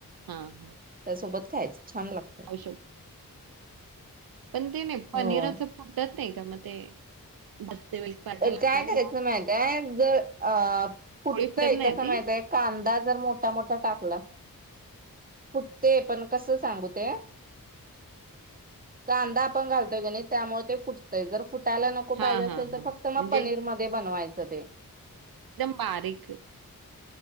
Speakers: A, on the right (about 80°); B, on the right (about 25°).
A: हा हा.
B: त्यासोबत खायचं छान लागत.
A: असं पण ते नई पनीर
B: हो
A: असं फुटत नाई का म ते. भाजते वेळी पाटा
B: काय
A: लागता
B: करायचं
A: किंवा
B: माईताय जर अ फुटतंय
A: पोळी फुटत नाही
B: कसं
A: ना ती?
B: माईताय कांदा जर मोठा मोठा टाकलास फुटते पण कसं सांगू ते कांदा आपण घालतोय क नाई त्यामुळे ते फुटतंय जर फुटायला नको
A: हां,
B: पायजे असेल
A: हां,
B: तर
A: हां.
B: फक्त म
A: म्हणजे
B: पनीर मध्ये बनवायचं ते
A: -कदम बारीक